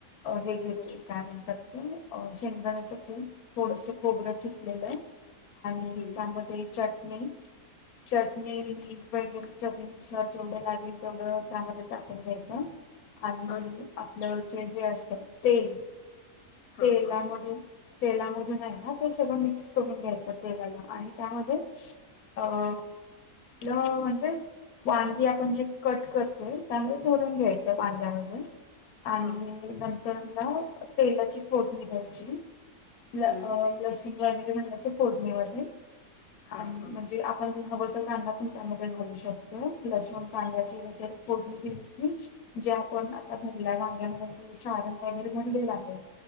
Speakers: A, on the left; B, on the left.
A: हे घेतो
B: हो
A: काय म्हणतात <unintelligible> अ शेंगदाण्याचं कूट थोडस खोबरं खिसलेल. आणि
B: हम्म
A: त्यामध्ये चटणी
B: <inaudible>
A: चटणी, मीठ वैगेर चवी नुसार जेवढं लागेल तेवढं त्यामध्ये टाकून घ्यायचं. आणि
B: आज
A: आपलं जे हे असत तेल,
B: हा
A: तेलामधून
B: हा
A: तेलामधून हाय ना ते सगळं मिक्स करून घ्यायचं तेलाला आणि त्यामध्ये अ, ल म्हणजे वांगी आपण जे कट करतोय त्यामध्ये भरून घ्यायच वांग्यामध्ये. आणि
B: हा
A: नंतर न तेलाची फोडणी द्यायची. ल
B: हम्म
A: - लसूण वगैरे घालायचं फोडणीमध्ये,
B: हा
A: आणि
B: हा
A: म्हणजे आ पण हवं तर कांदा पण त्यामध्ये घालू शकतो लसून कांद्याची वगैरे फोडनी दिली की जे आपण आता भरल्या वांग्यामध्येे सारण वगैरे भरलेलं आहे.